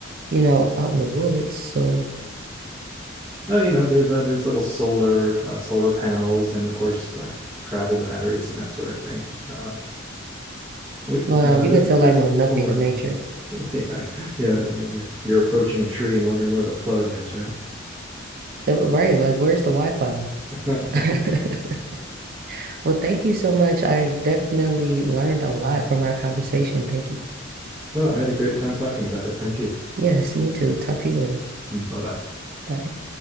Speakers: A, on the right (about 50°); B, on the right (about 20°).
A: you know, out in the woods. So,
B: Well, you know, there's uh, there's little solar uh, solar panels and of course like travel batteries and that sort of thing. Um, we
A: wow,
B: uh,
A: you
B: there,
A: can tell
B: there's
A: I know
B: a
A: nothing
B: whole lot
A: of nature.
B: of <laughs> yeah, yeah, yeah, yeah. You're approaching a tree and wondering where the plug is, right?
A: Uh, Right, like where's the Wi-Fi?
B: <laughs>
A: <laughs> Well, thank you so much. I've definitely learned a lot from our conversation. Thank you.
B: Well, I had a great time talking about it. Thank you.
A: Yes, me too. Talk to you later.
B: Bye bye.
A: Bye.